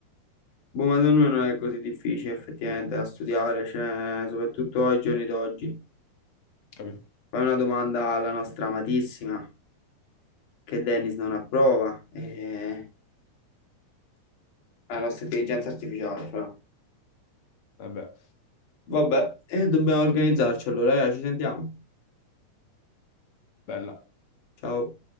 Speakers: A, on the left (about 80°); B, on the left (about 50°).
A: Boh, ma secondo me non è così difficile effettivamente da studiare, cioè, soprattutto ai giorni d'oggi.
B: capito?
A: Fai una domanda alla nostra amatissima, che Dennis non approva, e alla nostra intelligenza artificiale, fra.
B: Vabbè,
A: Vabbè, e dobbiamo organizzarci allora, raga, ci sentiamo.
B: bella.
A: Ciao.